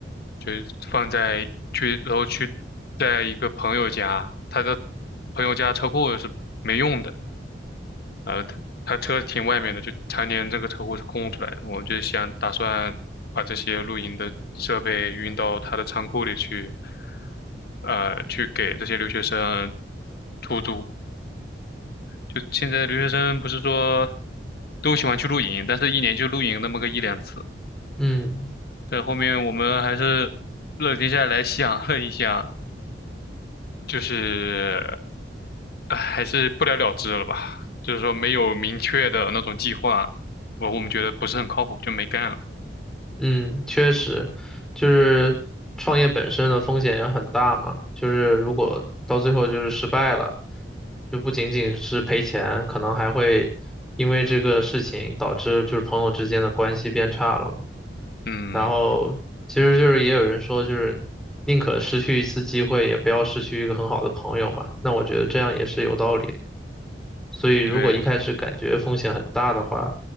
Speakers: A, on the left (about 60°); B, in the centre.
A: 就放在去，然后去在一个朋友家，他的朋友家车库是没用的。呃，他他车停外面的，就常年这个车库是空出来的。我就想打算把这些露营的设备运到他的仓库里去，呃，去给这些留学生出租。就现在留学生不是说都喜欢去露营，但是一年就露营那么个一两次。
B: 嗯，
A: 但后面我们还是冷静下来想了一下，就是，哎，还是不了了之了吧。就是说没有明确的那种计划，我我们觉得不是很靠谱，就没干了。
B: 嗯，确实，就是创业本身的风险也很大嘛。就是如果到最后就是失败了，就不仅仅是赔钱，可能还会因为这个事情导致就是朋友之间的关系变差了嘛。
A: 嗯，
B: 然后其实就是也有人说，就是宁可失去一次机会，也不要失去一个很好的朋友嘛。那我觉得这样也是有道理的。所以如果一开始感觉风险很大的话，
A: 对，